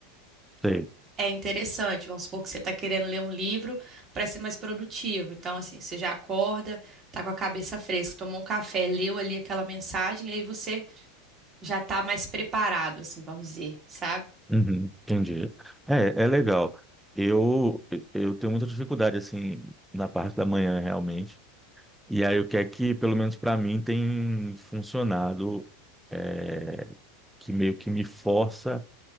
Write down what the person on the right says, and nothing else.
É interessante, vamos supor que você está querendo ler um livro para ser mais produtivo. Então, assim, você já acorda, tá com a cabeça fresca, tomou um café, leu ali aquela mensagem, e aí você já tá mais preparado, assim, vamos dizer, sabe?